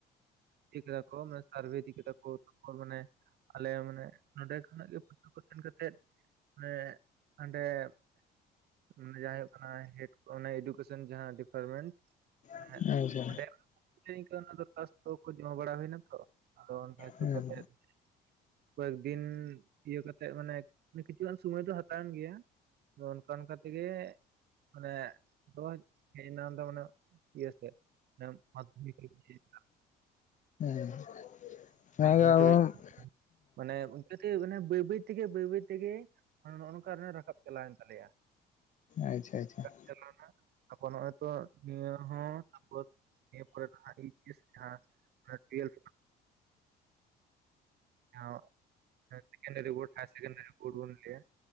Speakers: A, on the right; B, on the left.
A: ᱫᱤᱠ ᱨᱟᱠᱚ ᱢᱮ ᱥᱟᱨᱵᱷᱮ ᱫᱤᱠ ᱠᱟᱛᱮ ᱠᱚ ᱛᱟᱯᱚᱨ ᱢᱟᱱᱮ ᱟᱞᱮ ᱢᱟᱱᱮ ᱱᱚᱰᱮ ᱠᱷᱚᱱᱟᱜ ᱜᱮ ᱯᱟᱹᱴᱷᱟᱹ ᱠᱚ ᱥᱮᱱ ᱠᱟᱛᱮᱫ ᱢᱟᱱᱮ ᱦᱟᱰᱮ ᱮ ᱡᱟᱦᱟᱸ ᱦᱩᱭᱩᱜ ᱠᱟᱱᱟ ᱦᱮᱰ ᱚᱱᱟ ᱮᱰᱩᱠᱮᱥᱚᱱ ᱡᱟᱦᱟᱸ ᱰᱤᱯᱟᱨᱢᱮᱱᱴ ᱢᱟᱱᱮ
B: ᱟᱪᱪᱷᱟ
A: ᱚᱸᱰᱮ ᱤᱱᱠᱟᱹ ᱫᱚᱨᱠᱷᱟᱥᱛᱚ ᱠᱚ ᱡᱚᱢᱟ ᱵᱟᱲᱟ ᱦᱩᱭᱮᱱᱟ ᱛᱚ ᱟᱫᱚ ᱦᱟᱭ ᱥᱩ
B: ᱦᱮᱸ
A: ᱠᱟᱛᱮᱫ ᱠᱚᱭᱮᱠ ᱫᱤᱱ ᱤᱭᱟᱹ ᱠᱟᱛᱮᱜ ᱢᱟᱱᱮ ᱠᱤᱪᱷᱩᱜᱟᱱ ᱥᱚᱢᱚᱭ ᱫᱚ ᱦᱟᱛᱟᱣᱮᱱ ᱜᱮᱭᱟ᱾ ᱟᱫᱚ ᱚᱱᱠᱟ ᱚᱱᱠᱟ ᱛᱮᱜᱮ ᱢᱟᱱᱮ ᱱᱚᱜ-ᱚᱭ ᱦᱮᱡᱱᱟ ᱫᱚ ᱢᱟᱱᱮ ᱤᱭᱟᱹ ᱥᱮᱫ <unintelligible>
B: <unintelligible>
A: ᱢᱟᱫᱽᱫᱷᱚᱢᱤᱠ ᱦᱟᱹᱵᱤᱡ ᱢᱟᱱᱮ ᱚᱱᱠᱟᱹ ᱛᱮ ᱵᱟᱹᱭ ᱵᱟᱹᱭ ᱛᱮᱜᱮ ᱵᱟᱹᱭ ᱵᱟᱹᱭ ᱛᱮᱜᱮ ᱱᱚᱜ-ᱚ ᱱᱚᱝᱠᱟ ᱨᱟᱠᱟᱵ ᱪᱟᱞᱟᱣᱮᱱ ᱛᱟᱞᱮᱭᱟ
B: ᱟᱪᱷᱟ ᱟᱪᱷᱟ
A: ᱪᱟᱞᱟᱣᱱᱟ ᱛᱟᱯᱚᱨ ᱱᱚᱜᱼᱚᱭ ᱛᱚ ᱱᱤᱭᱟᱹ ᱦᱚᱸ ᱛᱟᱯᱚᱨ ᱮᱨᱯᱚᱨ ᱡᱟᱦᱟ ᱮᱤᱪ ᱮᱥ ᱡᱟᱦᱟ ᱴᱩᱭᱮᱵᱷ ᱟᱨ <inaudible> ᱥᱮᱠᱮᱱᱴᱟᱨᱤ ᱵᱳᱲᱴ ᱦᱟᱭᱟᱨ ᱥᱮᱠᱮᱱᱴᱟᱨᱤ ᱵᱳᱲᱴ ᱵᱚᱱ ᱞᱟᱹᱭᱟ